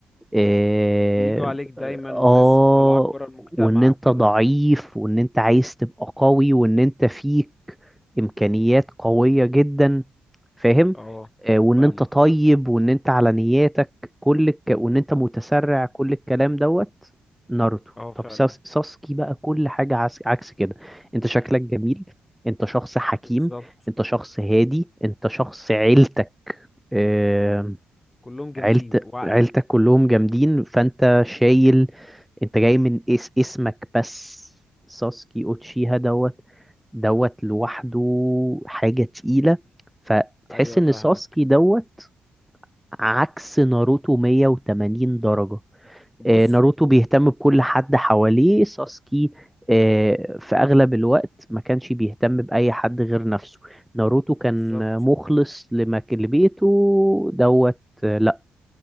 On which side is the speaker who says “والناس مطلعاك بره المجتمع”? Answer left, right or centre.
Left